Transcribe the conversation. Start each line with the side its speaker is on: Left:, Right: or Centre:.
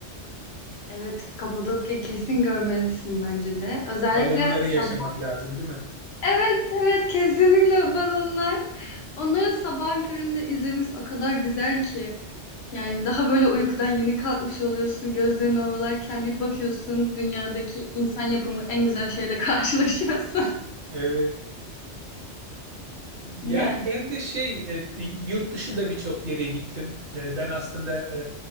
Left: Evet, Kapadokya kesin görmelisin bence de. Özellikle
Right: Balonları yaşamak
Left: sabah.
Right: lazım, değil mi?
Left: Evet, evet kesinlikle balonlar. Onları sabahın köründe izlemesi o kadar güzel ki. Yani daha böyle uykudan yeni kalkmış oluyorsun, gözlerini ovalarken bir bakıyorsun dünyadaki insan yapımı en güzel şeyle <laughs> karşılaşıyorsun.
Right: Evet. Yani
Left: Yani.
Right: ben de şey e, yurt dışında birçok yere gittim. E, Ben aslında e,